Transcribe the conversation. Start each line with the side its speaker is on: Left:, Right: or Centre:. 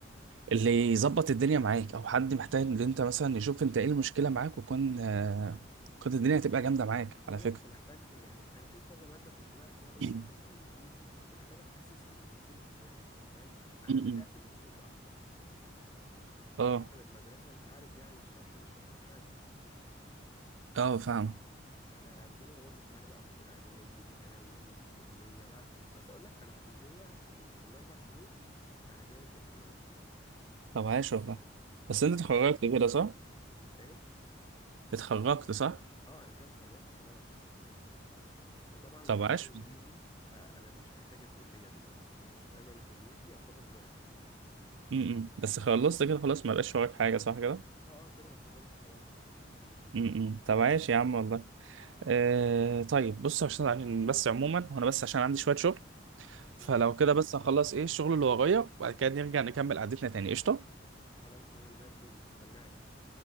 Right: اللي يظبط الدنيا معاك او حد محتاج ان انت مثلا يشوف انت ايه المشكلة معاك وكون آه كنت الدنيا هتبقى جامدة معاك
Left: وانا
Right: على فكرة
Left: كنت محتاج يعني انا في كذا ماده كنت واقع فيها قوي
Right: م-
Left: زي مثلا الانجليزي كنت محتاج اتاسس في الانجليزي من البدايه فاهم انا
Right: م.
Left: بدات دروس متاخر وطبعا
Right: اه
Left: المدرسه انت عارف يعني الشرح مش احسن حاجه
Right: اه فاهم
Left: فالدنيا باظت معايا بقى في اعدادي وثانوي وكليه بقى بس اقول لك انا في كليه في, ال... في الاربع سنين انا جايب بامتياز
Right: طب عاش والله
Left: بالغش
Right: بس انت اتخرجت كده صح؟
Left: ايه
Right: اتخرجت صح؟
Left: اه انا كده اتخرجت خلاص وطبعا مش
Right: طب عاش
Left: معايا انجليزي فانا مش محتاج الكليه دلوقتي لان انا كليتي يعتبر لغه
Right: م-م. بس خلصت كده خلاص ما بقاش وراك حاجة صح كده؟
Left: اه اه كده انا خلصت خلاص
Right: م-م. طب عاش يا عم والله آه طيب بص عشان عشان بس عموما وانا بس عشان عندي شوية شغل فلو
Left: امم
Right: كده بس هخلص ايه الشغل اللي ورايا وبعد كده نرجع نكمل قعدتنا تاني قشطة
Left: خلاص تمام زي الفل هستناك